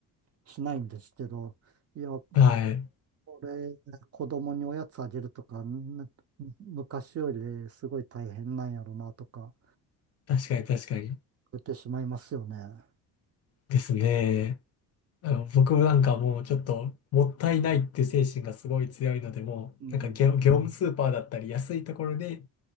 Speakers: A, on the right; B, on the left.
A: しないんですけど、いや、こ
B: はい。
A: れ、子供におやつあげるとか、ん昔よりすごい大変なんやろなとか、
B: 確かに確かに。
A: 言ってしまいますよね。
B: ですね。あの僕もなんかもうちょっともったいないって精神がすごい強いので、もうなんか業、
A: うん。
B: 業務スーパーだったり安いところで